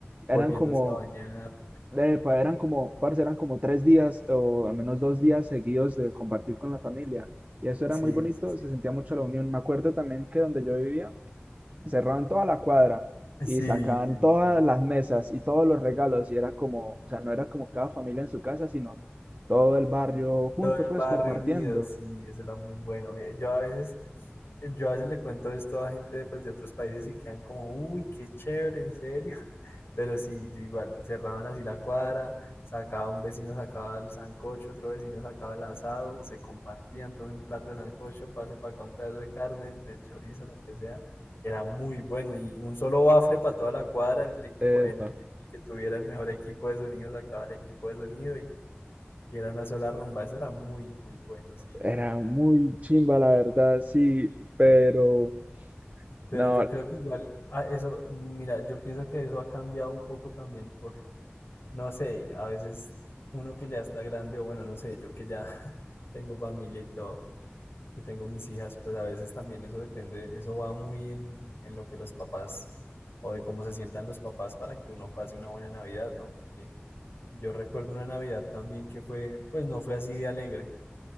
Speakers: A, on the right; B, on the left.
A: Eran
B: volviéndose
A: como,
B: a bañar.
A: eh, pa- eran como, parce, eran como tres días o al menos dos días seguidos de compartir con la familia. Y eso era
B: Sí,
A: muy bonito,
B: sí, sí.
A: se sentía mucho la unión. Me acuerdo también que donde yo vivía, cerraban toda la cuadra
B: Sí,
A: y sacaban
B: sí,
A: todas
B: sí.
A: las mesas y todos los regalos y era como, o sea, no era como cada familia en su casa, sino todo el barrio junto,
B: Todo el
A: pues
B: barrio
A: compartiendo.
B: unido, sí, eso era muy bueno. Mira, Yo a veces, yo a veces le cuento esto a gente pues, de otros países y quedan como, uy, qué chévere, en serio. <laughs> Pero sí, yo igual, cerraban así la cuadra, sacaba un vecino, sacaba el sancocho, otro vecino sacaba el asado, se compartían, todo un plato de sancocho, pase para acá un pedazo de carne, de chorizo, lo que sea. Era muy bueno y un solo bafle para toda la cuadra, el equipo,
A: Epa.
B: el, el que tuviera el mejor equipo de sonido sacaba el equipo de sonido y era una sola rumba. Eso era muy, muy bueno, sí,
A: Era
B: era, era.
A: muy chimba, la verdad, sí, pero
B: Pero
A: no,
B: yo creo que igual, ah, eso, mira, yo pienso que eso ha cambiado un poco también por, no sé, a veces uno que ya está grande o bueno, no sé, yo que ya <laughs> tengo familia y todo, que tengo mis hijas, pues a veces también eso depende, eso va muy en, en lo que los papás o de cómo se sientan los papás para que uno pase una buena Navidad, ¿no? Porque yo recuerdo una Navidad también que fue, pues no fue así de alegre